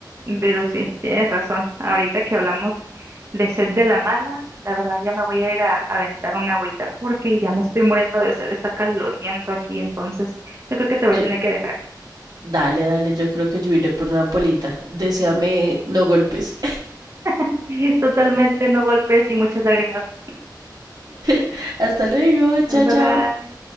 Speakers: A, on the right; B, on the right.
A: Pero sí, tienes razón. Ahorita que hablamos de sed de la mala, la verdad ya me voy a ir a, a aventar una agüita porque ya me estoy muriendo de sed, está caloriento aquí, entonces yo creo que te voy
B: Yo-
A: a tener que dejar.
B: dale, dale, yo creo que yo iré por una polita. Deseame no golpes.
A: <laughs> Totalmente no golpes y muchas lágrimas.
B: <laughs> Hasta luego, chao,
A: Bye
B: chao.
A: bye.